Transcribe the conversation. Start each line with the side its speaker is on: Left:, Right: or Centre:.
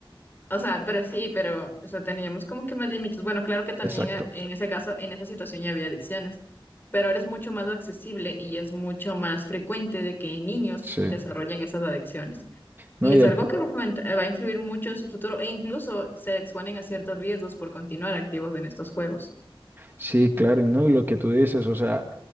Left: O sea, pero sí, pero, o sea, teníamos como que más límites. Bueno, claro que también
Right: Exacto.
Left: eh, en ese caso, en esa situación ya había adicciones, pero eres mucho más accesible y es mucho más frecuente de que niños
Right: Sí.
Left: desarrollen esas adicciones.
Right: No,
Left: Y es
Right: y el,
Left: algo que foment- eh, va a influir mucho en su futuro e incluso se exponen a ciertos riesgos por continuar activos en estos juegos.
Right: Sí, claro, y no, y lo que tú dices, o sea,